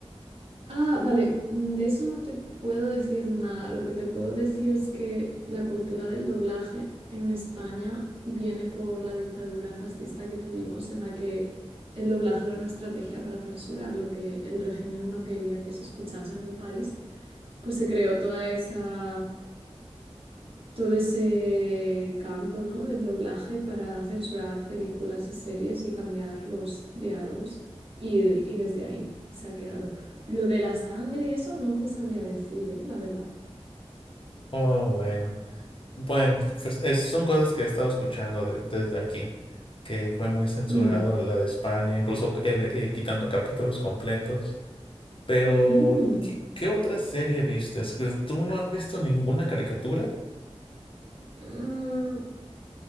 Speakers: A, on the right; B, on the left.
A: Ah, vale, mm, de eso no te puedo decir nada. Lo que te puedo decir es que la cultura del doblaje en España viene por la dictadura fascista que tuvimos, en la que el doblaje era una estrategia para censurar lo que el régimen no quería que se escuchase en el país. Pues se creó toda esa todo ese campo, ¿no? del doblaje para censurar películas y series y cambiar los diálogos y, y desde ahí se ha quedado. Lo de la sangre y eso no te sabría decir, ¿eh? La verdad.
B: Oh, bueno. Bueno, pues, es- son cosas que he estado escuchando de- desde aquí, que fue muy censurado
A: Mm,
B: la de España, incluso eh, eh, quitando capítulos completos. Pero,
A: mm,
B: ¿qué, qué otra serie viste? ¿Tú no has visto ninguna caricatura?
A: mm.